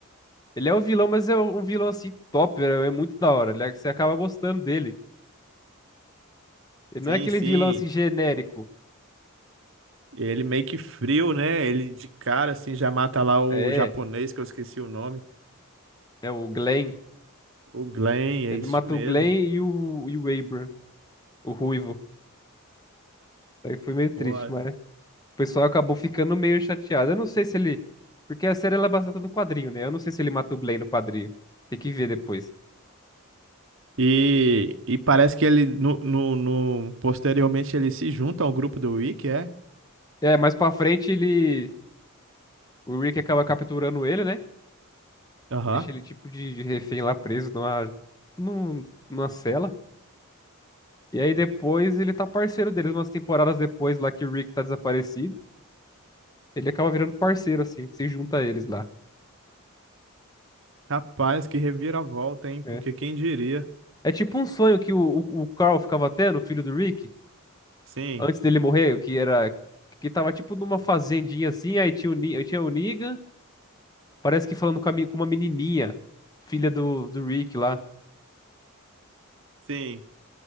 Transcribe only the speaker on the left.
Ele é um vilão, mas é um um vilão assim top, é é muito da hora. Ele é- Você acaba gostando dele. Ele
não é aquele
vilão assim genérico.
É,
é o Glenn.
Ele
mata
o Glenn e o, e o Abram, o ruivo. Aí foi meio triste,
mas. O pessoal acabou ficando meio chateado. Eu não sei se ele. Porque a série ela é baseada no quadrinho, né? Eu não sei se ele mata o Glenn no quadrinho. Tem que ver depois.
É, mais pra frente ele. O Rick acaba capturando ele, né?
Deixa ele tipo de de refém lá preso numa, num- numa cela. E aí depois ele tá parceiro deles, umas temporadas depois lá que o Rick tá desaparecido. Ele acaba virando parceiro, assim, se junta a eles lá.
É,
é tipo um sonho que o, o, o Carl ficava tendo, o filho do Rick.
antes dele morrer, que era que tava tipo numa fazendinha assim, aí tinha o, Ni- aí tinha o Negan, parece que falando com, a, me- com uma menininha, filha do, do Rick lá.